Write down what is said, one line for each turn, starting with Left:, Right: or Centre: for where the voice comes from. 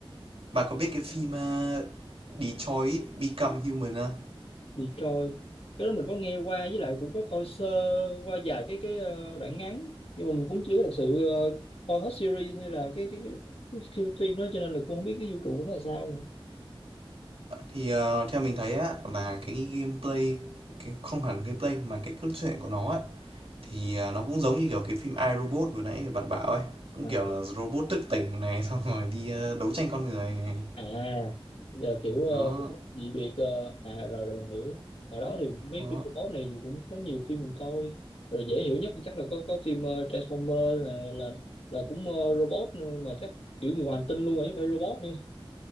Right: bạn có biết cái phim ờ, Detroit Become Human không?
Left: Detroit cái đó mình có nghe qua với lại cũng có coi sơ qua vài cái cái ờ, đoạn ngắn nhưng mà mình cũng chưa có thật sự ờ, coi hết series hay là cái cái, cái, cái phim đó cho nên là cũng không biết cái vũ trụ của nó là sao nữa.
Right: Thì ờ, theo mình thấy á là cái gameplay cái không hẳn gameplay mà cái cốt truyện của nó á Thì, ờ, nó cũng giống như, kiểu, cái phim I, Robot vừa nãy bạn bảo ấy, cũng,
Left: Mà-
Right: kiểu là, robot thức tỉnh này, <laughs> xong rồi đi, à, đấu tranh con người này.
Left: à giờ kiểu ờ,
Right: Đó,
Left: dị biệt ờ, à rồi rồi mình hiểu hồi đó thì mấy
Right: đó,
Left: phim robot này cũng có nhiều phim mình coi rồi dễ hiểu nhất chắc là có có phim ờ, Transformer là là là cũng ờ, robot nữa, mà chắc kiểu người ngoài hành tinh luôn rồi chứ không phải robot nữa